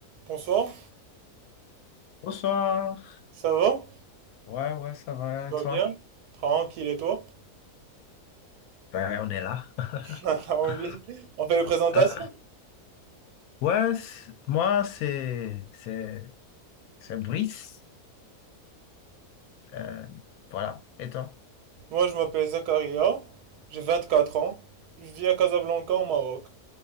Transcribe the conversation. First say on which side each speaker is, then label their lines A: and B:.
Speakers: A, on the right; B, on the left.
A: Bonsoir,
B: Bonsoir.
A: ça va?
B: Ouais, ouais, ça va,
A: Ça
B: et toi?
A: va bien? Tranquille et toi?
B: Ben, on est là.
A: <laughs> Alors
B: <laughs>
A: oui, on fait les présentations.
B: Euh, ouais, c- moi, c'est c'est c'est Brice. Euh, voilà, et toi?
A: Moi je m'appelle Zakaria, j'ai 24 ans, je vis à Casablanca au Maroc.